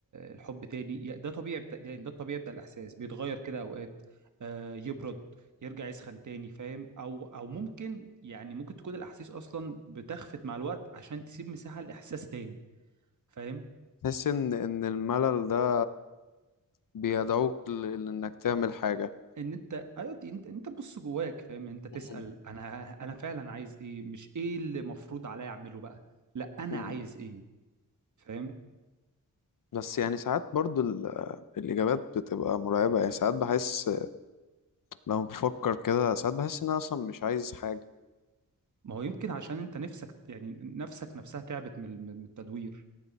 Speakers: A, on the right; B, on the left.
A: الحب تاني يا- ده طبيعي بتاع يعني ده الطبيعي بتاع الإحساس بيتغير كده أوقات آه يبرد يرجع يسخن تاني فاهم أو أو ممكن يعني ممكن تكون الأحاسيس أصلا بتخفت مع الوقت عشان تسيب مساحة لإحساس تاني فاهم
B: تحس ان ان الملل ده بيدعوك ل- لانك تعمل حاجة
A: ان انت ايوه دي انت انت تبص جواك فاهم انت تسأل
B: مم.
A: انا انا فعلا عايز ايه مش ايه اللي مفروض عليا اعمله بقى لا انا
B: مم.
A: عايز ايه فاهم
B: بس يعني ساعات برضو ال- الإجابات بتبقى مرعبة يعني ساعات بحس لما بفكر كده ساعات بحس إن أنا أصلا مش عايز حاجة
A: ما هو يمكن عشان انت نفسك يعني نفسك نفسها تعبت من ال- من التدوير